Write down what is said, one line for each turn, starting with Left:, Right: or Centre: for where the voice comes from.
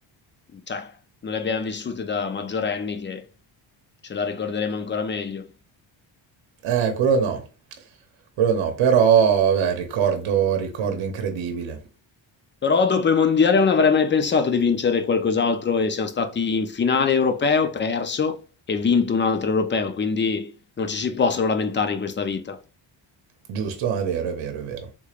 Left: cioè, non le abbiamo vissute da maggiorenni che ce la ricorderemo ancora meglio.
Right: Eh, quello no. Quello no, però, beh, ricordo, ricordo incredibile.
Left: Però dopo i mondiali non avrei mai pensato di vincere qualcos'altro e siamo stati in finale europeo, perso e vinto un altro europeo, quindi non ci si può solo lamentare in questa vita.
Right: Giusto? No, È vero, è vero, è vero.